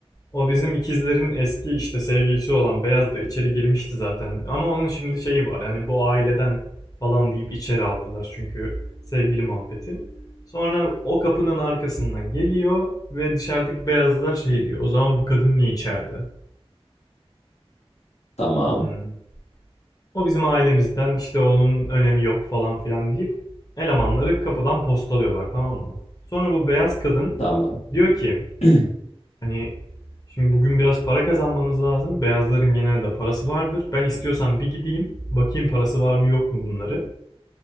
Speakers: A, on the left; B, on the left.
A: o bizim ikizlerin eski işte sevgilisi olan beyaz da içeri girmişti zaten. Ama onun şimdi şeyi var yani bu aileden falan deyip içeri aldılar çünkü sevgili muhabbeti. Sonra o kapının arkasına geliyor ve dışarıdaki beyazlar şey diyor. O zaman bu kadın niye içeride?
B: Tamam.
A: Hmm. O bizim ailemizden işte onun önemi yok falan filan deyip elemanları kapıdan postalıyorlar tamam mı? Sonra bu beyaz kadın
B: Tamam.
A: diyor ki
B: <clears throat>
A: hani şimdi bugün biraz para kazanmanız lazım. Beyazların genelde parası vardır. Ben istiyorsan bir gideyim bakayım parası var mı yok mu bunları.